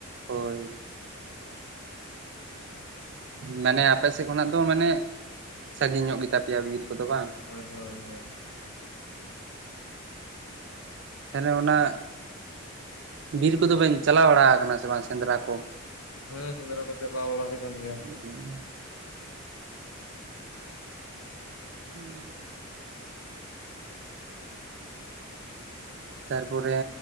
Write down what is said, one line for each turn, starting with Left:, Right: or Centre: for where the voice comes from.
Right: ᱦᱳᱭ ᱢᱟᱱᱮ ᱟᱯᱮ ᱥᱮᱫ ᱠᱷᱚᱱᱟᱜ ᱫᱚ ᱢᱟᱱᱮ ᱥᱟᱸᱜᱤᱧ ᱧᱚᱜ ᱜᱮᱛᱟᱯᱮᱭᱟ ᱵᱤᱨ ᱠᱚᱫᱚ ᱵᱟᱝ᱾
Left: ᱦᱳᱭ ᱦᱳᱭ ᱦᱳᱭ
Right: ᱛᱟᱦᱞᱮ ᱚᱱᱟ ᱵᱤᱨ ᱠᱚᱫᱚ ᱵᱮᱱ ᱪᱟᱞᱟᱣ ᱵᱟᱲᱟ ᱠᱟᱱᱟ ᱥᱮ ᱵᱟᱝ ᱥᱮᱸᱫᱽᱨᱟ ᱠᱚ?
Left: ᱦᱮᱸ ᱥᱮᱸᱫᱽᱨᱟ ᱠᱚ ᱪᱟᱞᱟᱣ ᱵᱟᱲᱟ ᱦᱩᱭ ᱠᱟᱱ ᱜᱮᱭᱟ᱾
Right: <inaudible> <unintelligible> ᱛᱟᱨᱯᱚᱨᱮ